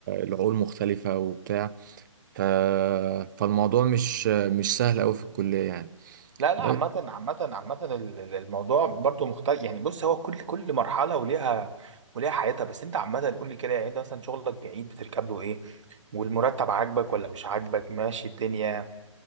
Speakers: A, on the right; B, on the right.
A: العقول مختلفة وبتاع ف... فالموضوع مش مش سهل أوي في الكلية يعني
B: لا لا
A: بس
B: عامة عامة عامة ال- ال- الموضوع برضو مختلف يعني بص هو كل كل مرحلة وليها وليها حياتها بس انت عامة قول لي كده يعني انت مثلا شغلك بعيد بتركب له ايه والمرتب عاجبك ولا مش عاجبك ماشي الدنيا